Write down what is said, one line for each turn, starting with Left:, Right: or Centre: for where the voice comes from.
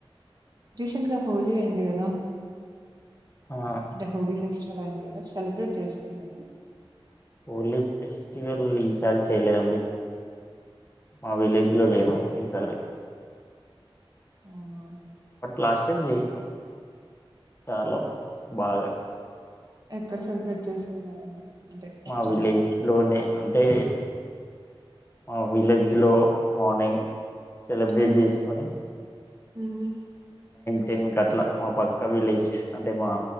Right: రీసెంట్ గా హోలీ అయింది కదా
Left: ఆ
Right: అంటే హోలీ ఫెస్టివల్ అయింది కదా సెలబ్రేట్ చేసుకున్నారా
Left: పోలీ ఫెస్టివల్ ఈసారి చేలేండి మా విలేజ్ లో లేదు ఈసారి
Right: అవునా
Left: లాస్ట్ టైం చేసాం చాలా బాగా
Right: ఎక్కడ సెలబ్రేట్ చేసుకున్నారండి అంటే
Left: మా
Right: ఎట్లా?
Left: విలేజ్ లోనే అంటే మా విలేజ్ లో మార్నింగ్ సెలబ్రేట్
Right: అవును.
Left: చేసుకొని
Right: హ్మ్.
Left: టెన్ కి మా పక్క విలేజ్ అంటే మా